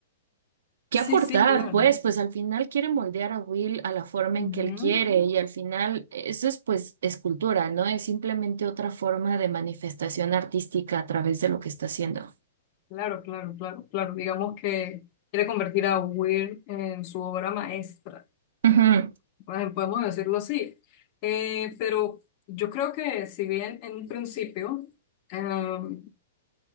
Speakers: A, on the right (about 75°); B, on the left (about 30°).
A: ¿Qué
B: Sí,
A: aportar?
B: sí, claro.
A: Pues, pues al final quieren moldear a Will a la forma
B: Ujú,
A: en que él quiere y al final eso es pues escultura, ¿no? Es simplemente otra forma de manifestación artística a través de lo que está haciendo.
B: Claro, claro, claro, claro. Digamos que quiere convertir a Weir en su obra maestra.
A: Ujú,
B: Bueno, Podemos decirlo así. Eh, pero yo creo que si bien en un principio em,